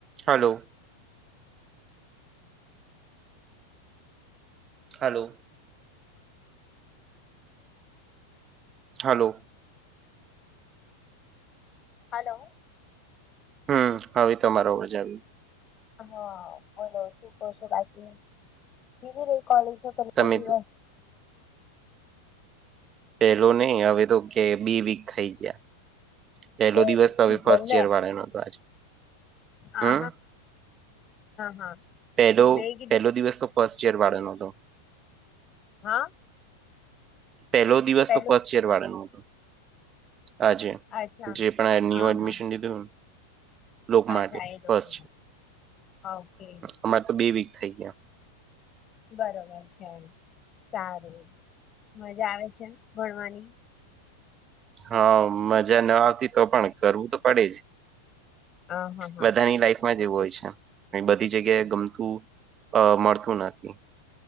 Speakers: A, on the right (about 25°); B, on the left (about 30°).
A: હાલો hello hello
B: hello
A: હમ્મ હવે તમારો અવાજ આયો
B: હા બોલો શું કહો છો બાકી કેવી રહી કોલેજ નો પહેલો
A: તમે
B: દિવસ
A: તો પેલો નહી હવે તો કે બી વીક થઈ ગયા પહેલો
B: <unintelligible>
A: દિવસ તો હવે ફર્સ્ટ યર વાળાનો હતો આજે
B: હા,
A: હમ
B: હા.
A: પહેલો-પહેલો
B: મેં કીધું કે
A: દિવસ તો ફર્સ્ટ યર વાળાનો હતો.
B: હા
A: પહેલો દિવસ
B: પેલું
A: તો ફર્સ્ટ યર વાળાનો હતો. આજે,
B: અચ્છા
A: જે પણ આ ન્યૂ
B: હા
A: એડમિશન
B: હા
A: લીધું હોયન લોક માટે
B: અચ્છા એ લોકો
A: બસ હ
B: ઓકે
A: અમારે તો બે વીક થઈ ગયા
B: બરોબર છે સારું મજા આવે છે ભણવાની
A: હા મજા ના આવતી તો પણ કરવું તો પડે જ
B: હા હા હા
A: બધાની લાઈફ જેવ હોય છે બધી જગ્યાએ ગમતું મળતું નથી